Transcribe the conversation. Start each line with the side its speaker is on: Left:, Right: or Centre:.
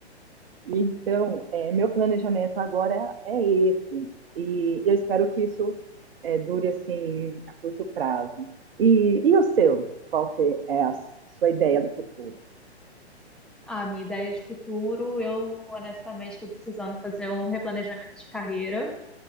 Right: Então, é, meu planejamento agora é esse. E eu espero que isso é, dure assim a curto prazo. E, e o seu? Qual que é a sua ideia do futuro?
Centre: Ah, minha ideia de futuro, eu honestamente estou precisando fazer um replanejamento de carreira.